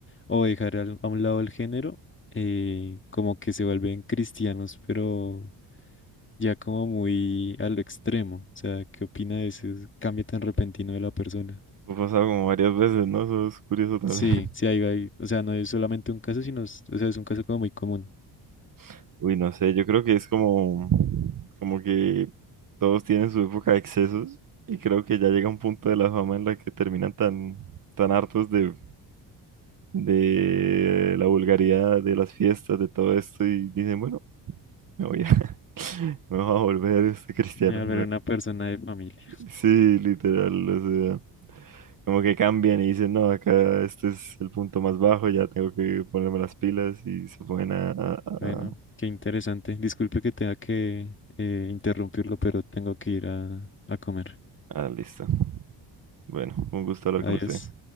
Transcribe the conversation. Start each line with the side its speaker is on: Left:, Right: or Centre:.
Left: o dejar al- a un lado el género, eh, como que se vuelven cristianos, pero ya como muy al extremo. O sea, ¿qué opina de ese cambio tan repentino de la persona?
Right: Eso ha pasado como varias veces, ¿no? Eso es curioso también.
Left: Sí, sí, hay, hay, o sea, no es solamente un caso, sino, es- o sea, es un caso como muy común.
Right: <laughs> Uy, no sé, yo creo que es como, como que todos tienen su época de excesos y creo que ya llega un punto de la fama en la que terminan tan, tan hartos de, de la vulgaridad, de las fiestas, de todo esto y dicen, bueno, me voy a, <laughs> me voy a volver este cristiano.
Left: Me va a ver una persona de familia.
Right: Sí, literal, o sea, como que cambian y dicen, no, acá este es el punto más bajo, ya tengo que ponerme las pilas y se ponen a... a- a-
Left: Bueno, qué interesante. Disculpe que tenga que eh, interrumpirlo, pero tengo que ir a, a comer.
Right: Ah, listo. Bueno, un gusto hablar
Left: Adiós.
Right: con usted.